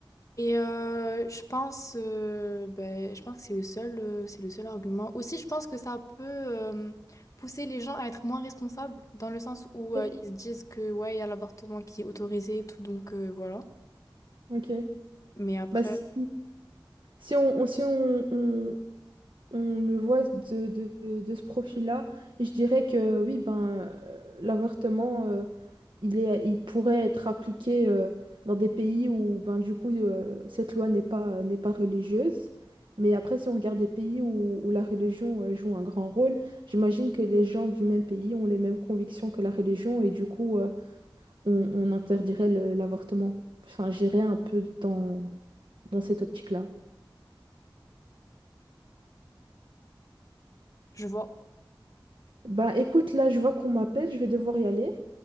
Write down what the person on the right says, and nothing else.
Ok.
Ok.
Bah si. Si on, on- si on, on- on le voit de, de- de- de ce profil-là, je dirais que oui, ben, euh, l'avortement, euh, il est, il pourrait être appliqué euh, dans des pays où, ben, du coup, euh, cette loi n'est pas, n'est pas religieuse. Mais après, si on regarde des pays où, où la religion euh, joue un grand rôle, j'imagine que les gens du même pays ont les mêmes convictions que la religion et du coup, euh, on, on interdirait le- l'avortement. Enfin, j'irais un peu dans, dans cette optique-là.
Bah écoute, là je vois qu'on m'appelle, je vais devoir y aller.